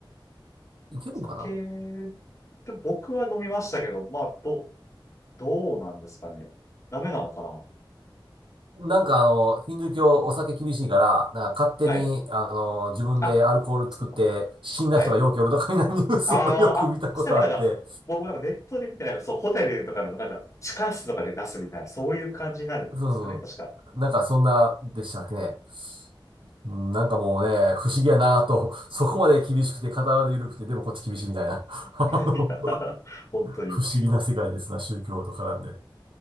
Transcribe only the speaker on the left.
酒、
でも僕は飲みましたけど、まあ、ど、どうなんですかね。ダメなのかな。
はい。
あ、そうか。はい。ああ、あ、そしたらなんか、僕もなんかネットで見て、なんかそう、ホテルとかでもなんか、地下室とかで出すみたいな、そういう感じになるんですかね、
確か。
<laughs> いや、本当に。